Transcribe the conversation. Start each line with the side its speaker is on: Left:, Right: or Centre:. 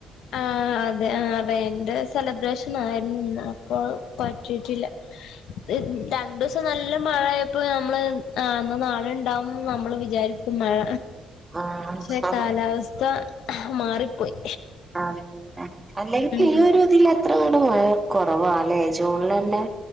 Left: ആഹ് അതെ ആഹ് അതന്റെ സെലിബ്രേഷൻ ആയിരുന്നുന്ന് കാറു പറ്റീട്ടില്ല ത് രണ്ടുസ് പ്പ നല്ല മഴയപ്പോ നമ്മള് അ എന്ന നാളെണ്ടാവുന്ന് നമ്മള് വിചാരിക്കും മഴ.
Right: ആഹ്
Left: ശെ
Right: ആഹ്
Left: കാലാവസ്ഥ മാറിപ്പോയി.
Right: അതെന്നെ അല്ലേൽ
Left: ഉം
Right: ഈയൊരുതി ല അത്രങ്ങട് മഴ കൊറവാല്ലേ ജൂൺലെന്നെ